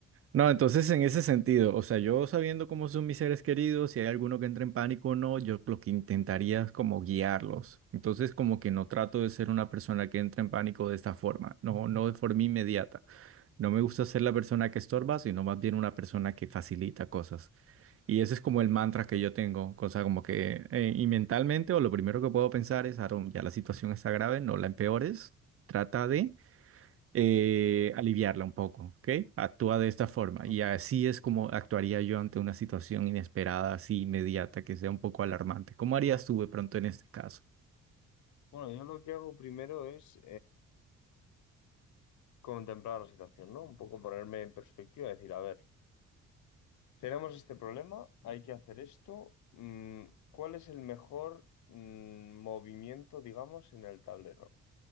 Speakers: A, on the right; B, on the left.
A: No, entonces en ese sentido, o sea, yo sabiendo cómo son mis seres queridos, si hay alguno que entra en pánico o no, yo lo que intentaría es como guiarlos. Entonces como que no trato de ser una persona que entra en pánico de esta forma, no, no de forma inmediata. No me gusta ser la persona que estorba, sino más bien una persona que facilita cosas. Y ese es como el mantra que
B: ¿sí?
A: yo tengo, cosa como que, eh, y mentalmente, o lo primero que puedo pensar es, Aaron, ya la situación está grave, no la empeores, trata de eh, aliviarla un poco, ¿ok? Actúa de esta forma
B: Ujú.
A: y así es como actuaría yo ante una situación inesperada, así inmediata, que sea un poco alarmante. ¿Cómo harías tú de pronto en este caso?
B: Bueno, yo lo que hago primero es... contemplar la situación, ¿no? Un poco ponerme en perspectiva, decir, a ver, tenemos este problema, hay que hacer esto, mm, ¿cuál es el mejor mm, movimiento, digamos, en el tablero?